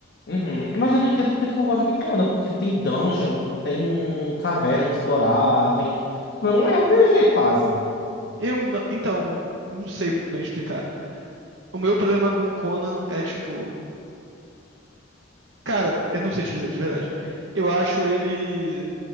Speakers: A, on the left; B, on the right.
A: Uhum. Mas eu não entendo porque tu não gosta de Conan, porque tem dungeon, tem caverna pra explorar, tem. Tipo, é um RPG quase.
B: Eu não, então, não sei muito bem explicar. O meu problema com o Conan é tipo, cara, eu não sei te dizer de verdade. Eu acho ele